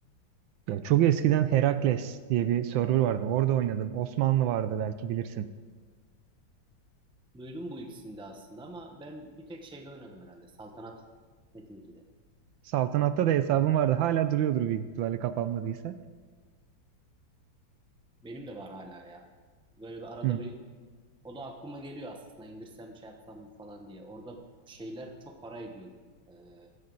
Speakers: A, on the right; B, in the centre.
A: Ya, çok eskiden Herakles diye bir server vardı. Orada oynadım. Osmanlı vardı belki bilirsin.
B: Duydum bu ikisini de aslında ama ben bir tek şeyde oynadım herhalde. Saltanat Metin 2'de.
A: Saltanat'ta da hesabım vardı. Hala duruyordur büyük ihtimalle kapanmadıysa.
B: Benim de var hala ya. Böyle bir arada
A: Hı.
B: bir O da aklıma geliyor aslında indirsem şey yapsam mı falan diye. Orada şeyler çok para ediyordu. Ee,